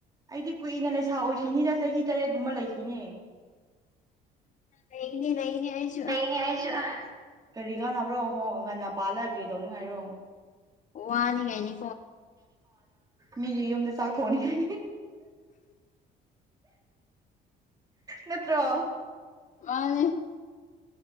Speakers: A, on the right; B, on the left.
A: ꯑꯩꯗꯤ ꯀꯨꯏꯅ ꯂꯩꯁꯥ ꯑꯣꯏꯈꯤꯅꯤꯗ ꯆꯍꯤ ꯇꯔꯦꯠꯀꯨꯝꯕ ꯂꯩꯈꯤꯅꯤ
B: ꯂꯩꯒꯅꯤ ꯂꯩꯒꯅꯤ ꯑꯩꯁꯨ
A: ꯂꯩꯅꯦ ꯑꯩꯁꯨ ꯀꯔꯤ ꯀꯥꯟꯅꯕ꯭ꯔꯣ ꯍꯣꯉꯒ ꯄꯥꯜꯂꯒ ꯀꯔꯤ ꯇꯧꯅꯤꯡꯉꯥꯏꯔꯣ
B: ꯋꯥꯅꯤꯉꯥꯏꯅꯤ
A: ꯃꯤꯒꯤ ꯌꯨꯝꯗ ꯆꯥꯛ ꯊꯣꯡꯅꯤꯡꯉꯥꯏꯅꯤ ꯅꯠꯇ꯭ꯔꯣ
B: ꯃꯥꯅꯤ